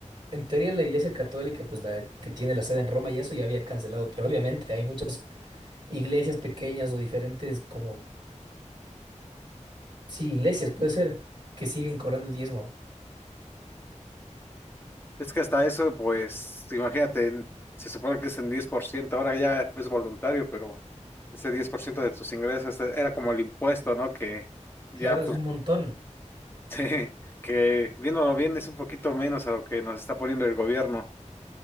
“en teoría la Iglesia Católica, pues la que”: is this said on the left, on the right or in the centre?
Right